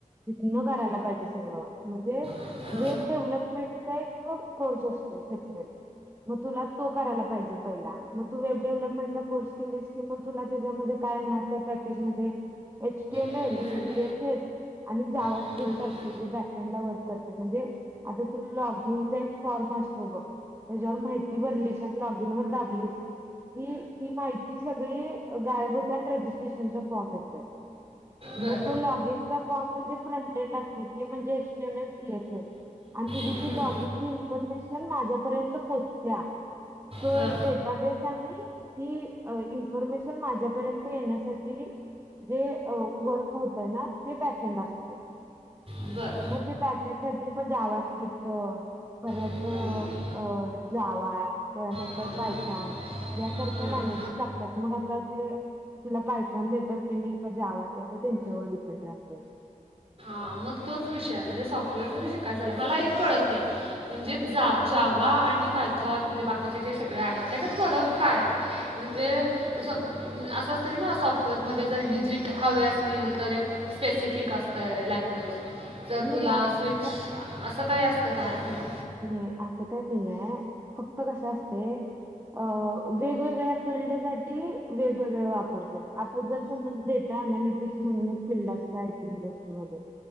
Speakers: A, on the right; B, on the right.
A: तिथनं करायला पाहिजे सगळं. म्हणजे
B: हां हां
A: वेब डेव्हलपमेंटचा एक कोर्स असतोय सेपरेट. मग तुला तो करायला पाहिजे पहिला मग तू वेब डेव्हलपमेंटचा कोर्स केलीस की मग तुला त्याच्यामध्ये काय येणार त्या पॅकेजमध्ये एच टी एम
B: हम्म,
A: एल सी एस एस आणि जावा
B: हम्म,
A: स्क्रिप्ट असते जे बॅक एंडला वर्क करते म्हणजे आता तू लॉगइन चा एक फॉर्म असतोय बघ त्याच्यावर माहिती भरलीस आणि लॉगइन वर दाबलीस कि ती माहिती सगळी गायब होते या आणि रजिस्ट्रेशन चा फॉर्म येतोय
B: बर
A: मग
B: हम्म, हम्म, बर
A: तो लॉग इनचा फॉर्म म्हणजे प्रंटेन्ड असते ते म्हणजे H T M N S C S S आणि तुझी
B: हम्म,
A: ती लॉगिनची इन्फॉर्मेशन माझ्यापर्यंत पोहोचत्या. तो
B: हां
A: एक डेटाबेस आणि ती इन्फॉर्मेशन माझ्यापर्यंत येण्यासाठी जे अ वर्क होतय ना ते बॅक एंड असते.
B: बरं
A: म ते बॅकएंडसाठी म जावा स्क्रिप्ट परत
B: हम्म,
A: अ जावा त्याज्यानंतर
B: हम्म,
A: पायथान यासारख्या
B: हम्म.
A: लँग्वेजेस लागतात मग आता ते तुला पायथॉन देतात त्यांनी का जावा त्या त्यांच्यावर डिपेंड राहते.
B: हा मग तोच विषय आहे म्हणजे सॉफ्टवेअर जरी शिकायचाला मला एक कळत नाही म्हणजे जा जावा आणि पायथॉन म्हणजे बाकीचे जे सगळे आहेत त्याच्यात फरक काय? म्हणजे स असं असतं की ना सॉफ्टवेअरमध्ये जर डिजिट हवे असतील तर एक स्पेसिफिक असतय लैंग व्हय, जर
A: नाही
B: तुला
A: असं
B: स्विच असं काही असतं काय होय.
A: नाय असं काय नाहीये, फक्त कसं असतंय. अं वेगवेगळ्या फिल्डसाठी वेगवेगळ्या वापरतात, आता जर समजा डेटा एनालिस तेच म्हणून एक फीलल्ड असते आयटी इंडस्ट्रीमध्ये.